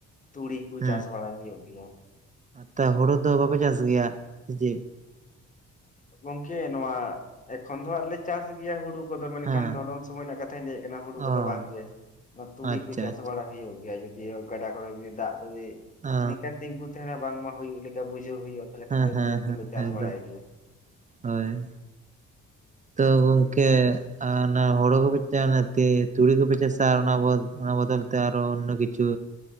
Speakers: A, on the left; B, on the right.
A: ᱛᱩᱲᱤ ᱠᱚ
B: ᱦᱩᱸ
A: ᱪᱟᱥ ᱵᱟᱲᱟᱭ ᱦᱩᱭᱳᱜ ᱜᱮᱭᱟ ᱾
B: ᱛᱟ ᱦᱳᱲᱳ ᱫᱚ ᱵᱟᱯᱮ ᱪᱟᱥ ᱜᱮᱭᱟ ᱫᱮ ᱪᱮᱜ?
A: ᱜᱚᱝᱠᱮ ᱱᱚᱣᱟ ᱮᱠᱷᱚᱱ ᱫᱚ ᱦᱟᱸᱜ ᱞᱮ ᱪᱟᱥ ᱜᱮᱭᱟ ᱦᱩᱲᱩ ᱠᱚᱫᱚ ᱢᱮᱱᱠᱷᱟᱱ
B: ᱦᱮᱸ
A: ᱫᱷᱚᱨᱚᱢ ᱥᱚᱢᱚᱭ ᱨᱮᱱᱟᱜ ᱠᱟᱛᱷᱟᱧ ᱞᱟᱹᱭᱮᱫ ᱠᱟᱱᱟ ᱦᱩᱲᱩ
B: ᱚ
A: ᱠᱚᱫᱚ ᱵᱟᱝ ᱜᱮ ᱾ ᱛᱩᱲᱤ
B: ᱟᱪᱪᱷᱟ
A: ᱠᱚ ᱪᱟᱥ
B: ᱟᱪᱪᱷᱟ
A: ᱵᱟᱲᱟ ᱦᱩᱭᱳᱜ ᱜᱮᱭᱟ ᱡᱩᱫᱤᱣ ᱜᱟᱰᱟ ᱠᱚᱨᱮ ᱦᱚᱸ ᱡᱩᱤ ᱫᱟᱜ ᱡᱩᱫᱤ
B: ᱚ
A: ᱱᱤᱝᱠᱟ ᱛᱤᱸᱜᱩ ᱛᱟᱸᱦᱮᱱᱟ ᱵᱟᱝᱢᱟ ᱦᱩᱭᱩᱜ ᱞᱮᱠᱟ ᱵᱩᱡᱷᱟᱹᱣ ᱦᱩᱭᱩᱜᱼᱟ, ᱛᱟᱦᱞᱮ
B: ᱦᱮᱸ
A: ᱠᱷᱟᱱ ᱫᱚ
B: ᱦᱮᱸ
A: ᱛᱩᱲᱤ
B: ᱦᱮᱸ
A: ᱠᱚ ᱞᱮ ᱪᱟᱥ
B: ᱮᱠᱫᱚᱢ
A: ᱵᱟᱲᱟᱭ ᱜᱮᱭᱟ ᱾
B: ᱦᱳᱭ᱾ ᱛᱚ
A: ᱦᱳᱭ
B: ᱜᱚᱝᱠᱮ ᱟᱨ ᱚᱱᱟ ᱦᱳᱲᱳ ᱠᱚᱯᱮ ᱪᱟ ᱚᱱᱟ ᱛᱤ ᱛᱩᱲᱤ ᱠᱚᱯᱮ ᱪᱟᱥᱟ ᱟᱨ ᱚᱱᱟ ᱵᱚᱫ ᱚᱱᱟ ᱵᱚᱫᱚᱞ ᱛᱮ ᱟᱨᱚ ᱚᱱᱱᱳ ᱠᱤᱪᱷᱩ,